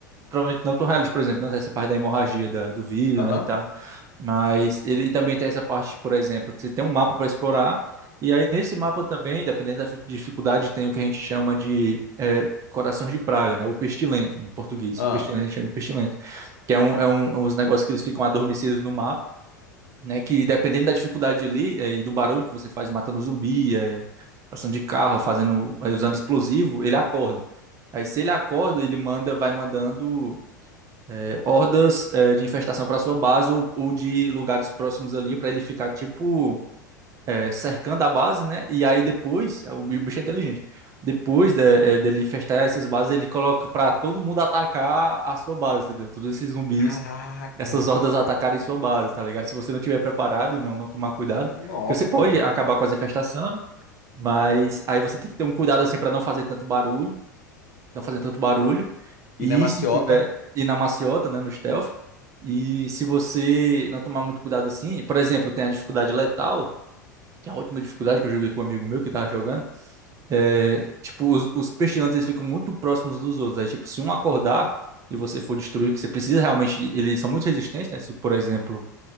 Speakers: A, on the right; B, on the left.
A: provavelmente não tão realista, por exemplo, não tem essa parte da hemorragia da, do vidro,
B: Aham,
A: né, e tal. Mas ele também tem essa parte, por exemplo, você tem um mapa para explorar, e aí nesse mapa também, dependendo da fi- dificuldade, tem o que a gente chama de é, coração de praga, né, o pestilento, em português,
B: ah.
A: pestilento, a gente chama de pestilento, que é um, é um, uns negócios que eles ficam adormecidos no mapa, né? Que dependendo da dificuldade ali é, e do barulho que você faz matando zumbi, é, passando de carro, fazendo, é, usando explosivo, ele acorda. Aí se ele acorda, ele manda, vai mandando é, hordas é, de infestação para sua base ou, ou de lugares próximos ali para ele ficar tipo é, cercando a base, né? E aí depois, é, o bicho é inteligente. Depois de- é, dele infestar essas bases, ele coloca pra todo mundo atacar a sua base, entendeu? Todos esses zumbis,
B: Caraca.
A: essas hordas atacarem sua base, tá ligado? Se você não tiver preparado e não, não tomar cuidado,
B: Nossa,
A: porque você pode
B: pô.
A: acabar com as infestações, mas aí você tem que ter um cuidado assim pra não fazer tanto barulho, não fazer tanto barulho. E
B: E na maciota.
A: se tiver e na maciota, né, no stealth, e se você não tomar muito cuidado assim, por exemplo, tem a dificuldade letal, que é a última dificuldade que eu joguei com um amigo meu que tava jogando, é, tipo, os, os pestilantes eles ficam muito próximos dos outros. Aí, tipo, se um acordar e você for destruir, que você precisa realmente, eles são muito resistentes, né? Se, por exemplo,